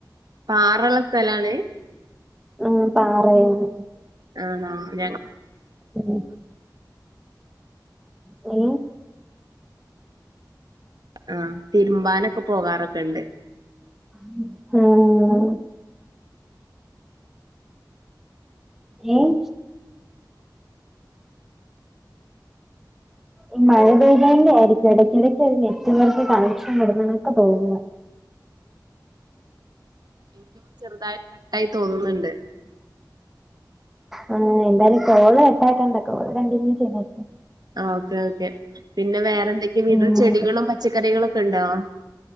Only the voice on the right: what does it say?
പാറള്ള സ്ഥലാണ്
ആണോ ഞ
ആഹ് തിരുമ്പാനൊക്കെ പോകാറൊക്കെണ്ട്.
എനിക്കും ചെറുതായി കട്ടായി തോന്നുന്നുണ്ട്.
ആഹ് ഓക്കേ ഓക്കെ പിന്നെ വേറെന്തക്കെ വീട്ടിൽ
ചെടികളും പച്ചക്കറികളൊക്കെ ഒണ്ടോ?